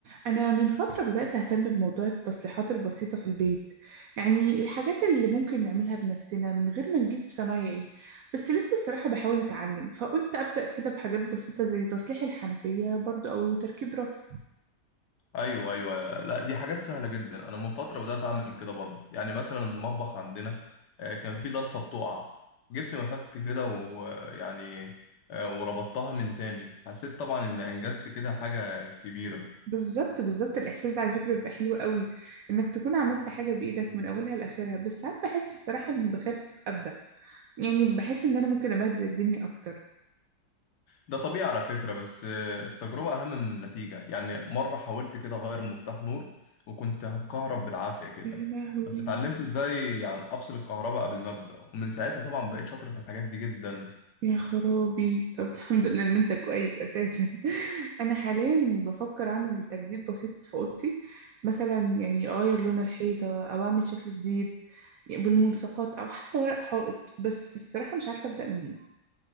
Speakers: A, on the right; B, on the left.
A: أنا من فترة بدأت أهتم بموضوع التصليحات البسيطة في البيت يعني الحاجات اللي ممكن نعملها بنفسنا من غير ما نجيب صنايعي بس لسه الصراحة بحاول أتعلم فقلت أبدأ كده بحاجات بسيطة زي تصليح الحنفية برضو أو تركيب رف
B: ايوه ايوه لا دي حاجات سهله جدا انا من فتره بدات اعمل كده برضه يعني مثلا المطبخ عندنا آه، كان في ضلفه بتقع جبت مفك كده ويعني وربطتها من تاني حسيت طبعا اني انجزت كده حاجه كبيره
A: بالظبط بالظبط الإحساس ده على فكرة بيبقى حلو قوي إنك تكون عملت حاجة بإيدك من أولها لآخرها بس ساعات بحس الصراحة إني بخاف أبدأ يعني بحس إن أنا ممكن أبهدل الدنيا أكتر
B: ده طبيعي على فكره بس آه، التجربه اهم من النتيجه يعني مره حاولت كده اغير مفتاح نور وكنت هتكهرب بالعافيه كده
A: يا لهوي
B: بس اتعلمت ازاي يعني افصل الكهرباء قبل ما ابدا ومن ساعتها طبعا بقيت شاطر في الحاجات دي جدا
A: يا خرابي طب الحمد لله ان انت كويس اساسا <laughs> انا حاليا بفكر اعمل تجديد بسيط في اوضتي مثلا يعني اغير لون الحيطه او اعمل شكل جديد يعني بالملصقات او حتى ورق حائط بس الصراحه مش عارفه ابدا منين